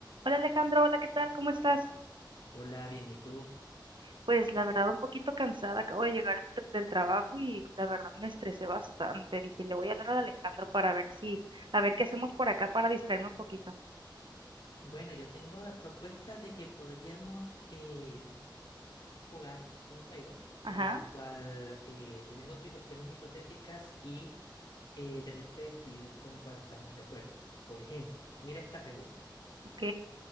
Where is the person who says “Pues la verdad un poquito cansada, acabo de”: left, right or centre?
Right